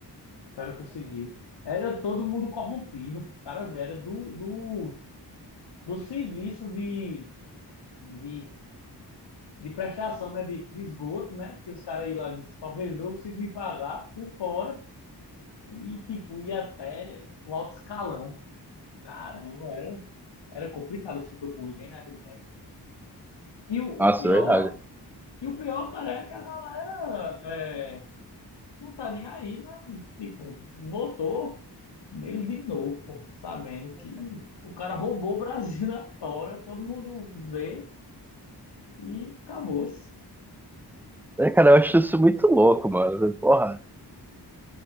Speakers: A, on the left; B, in the centre.
A: O cara conseguiu. Era todo mundo corrompido. O cara, velho, era do, do, do serviço de, de, de prestação, né? De, de esgoto, né? Que os caras aí lá só resolvem se me pagar por fora. E, tipo, ia até o alto escalão. Caramba, era, era complicado o setor público, hein, naquele tempo. E o,
B: nossa,
A: o pior,
B: é verdade.
A: e o pior, cara, é que a galera. é, não tá nem aí, né? Tipo, votou nele de novo, pô, sabendo que o cara roubou o Brasil <laughs> na tora, todo mundo vê e acabou-se.
B: É, cara, eu acho isso muito louco, mano. Eu falei, Porra.